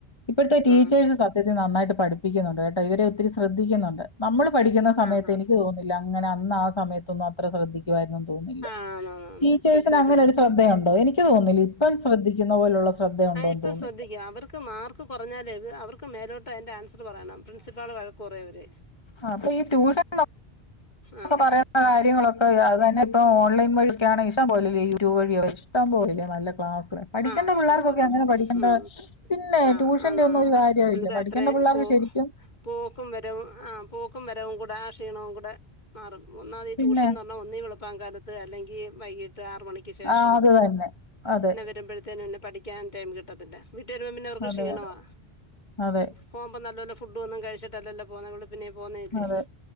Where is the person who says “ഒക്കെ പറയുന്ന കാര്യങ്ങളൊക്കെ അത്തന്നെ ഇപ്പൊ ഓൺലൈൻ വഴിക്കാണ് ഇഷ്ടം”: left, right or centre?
Left